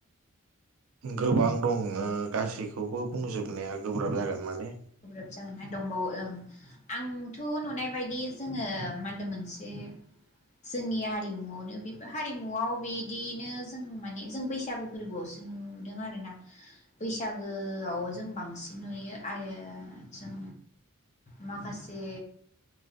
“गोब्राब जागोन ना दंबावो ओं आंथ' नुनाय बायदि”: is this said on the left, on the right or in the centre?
Left